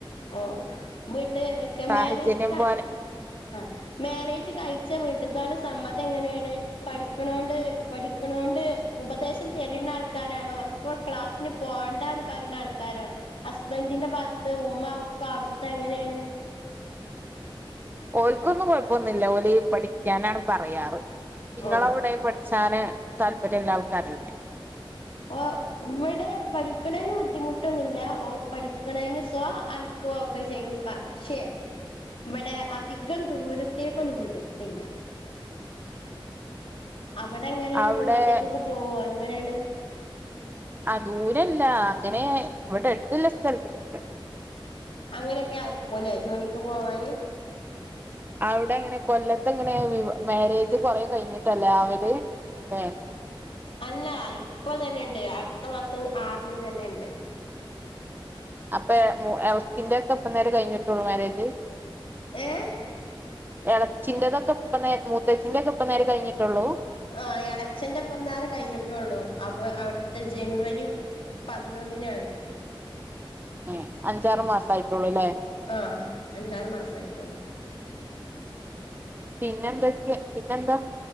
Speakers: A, on the left; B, on the right.
A: ഓ വീട്ട് കെ
B: സാഹചര്യം
A: മേരേജ് അങ്ങ്
B: പോലെ
A: അഹ് മേരേജ് കഴിച്ച വീട്ട്ത്താളെ സമ്മതം എങ്ങനേണ് പഠിക്ക്ണോണ്ട് പഠിക്ക്ണോണ്ട് ഉപദേശം തെര്ണ ആൾക്കാരാണോ ഇപ്പോൾ ക്ലാസ്സിന് പോവണ്ടാന്ന് പറീണ ആൾക്കാരോ ഹസ്ബന്റിന്റെ ഭാഗത്ത് ഉമ്മ ഉപ്പ അവിട്ത്തെ എങ്ങനേണ്
B: ഓല്ക്കൊന്നും കൊഴപ്പൊന്നില്ല ഓല് പഠിക്ക്യാനാണ് പറയാറ് ഇങ്ങളെ
A: ഓഹ്
B: അവ്ടെ പഠി ചാന് താല്പര്യള്ള ആൾക്കാരെന്നെ
A: ഓ ഇവടെ പഠിക്ക്ണേന് ബുദ്ധിമുട്ടൊന്നു ഇല്ല ഓ പഠിക്ക്ണേന് ഷാ അയ് ക്കൊക്കെ ചെയ്യും പക്ഷെ ഇവടെ അധികം ദൂരത്തേക്കൊന്നും വിടത്തില്ല അവടെ എങ്ങനേണ്
B: അവിടെ
A: ദൂരത്തേക്കൊക്കെ പോവോ എങ്ങനേണ്
B: അഹ് ദൂരല്ല അങ്ങനെ ഇവടെ എട്ത്ത്ല്ല സ്ഥൽത്ത്ക്കൊക്കെ
A: അങ്ങനെയൊക്കെ അയക്കുലേ ജോലിക്ക് പോവാന്
B: അവ്ടെ എങ്ങനെ കൊല്ലത്ത് എങ്ങനെ വീവ് മാരേജ് കൊറേ കഴ്ഞ്ഞ്ട്ടല്ലേ ആവല് ഏ
A: അല്ല ഇപ്പൊതന്നെണ്ട് അട്ത്ത മാസം ആറ്ന് തന്നെണ്ട്
B: അപ്പൊ എളച്ചിന്റെ ഒക്കെ ഇപ്പന്നേരെ കഴിഞ്ഞിട്ടുള്ളൂ മേരേജ്
A: ഏഹ്
B: എളച്ചിന്റെതൊക്കെ ഇപ്പന്നേ മൂത്തച്ചിന്റെ ഒക്കെ ഇപ്പന്നേരെ കഴിഞ്ഞിട്ടൊള്ളൂ
A: ആഹ് എളച്ചന്റെ ഇപ്പന്നാരെ കഴിഞ്ഞിട്ടൊള്ളു അപ്പൊ അവിട്ത്തെ ജനുവരി പതിനൊന്നിനായിരുന്നു
B: ഏ അഞ്ചാറ് മാസം ആയിട്ടൊള്ളൂല്ലേ
A: ആഹ് അഞ്ചാറ് മാസായിട്ടൊള്ളു
B: പിന്നെ എന്തൊക്കെ പിന്നെന്താ